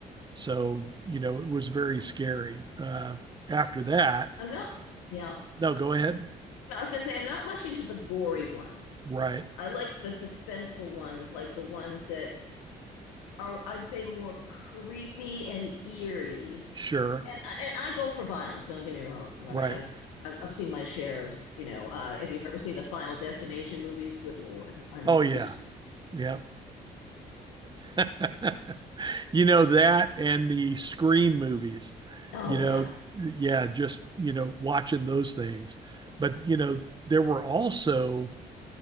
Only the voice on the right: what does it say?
So, you know, it was very scary. Uh, after that,
no, go ahead.
Right.
Sure.
Right.
Oh, yeah. Yeah. <laughs> You know that and the Scream movies.
You
know, yeah, just, you know, watching those things. But, you know, there were also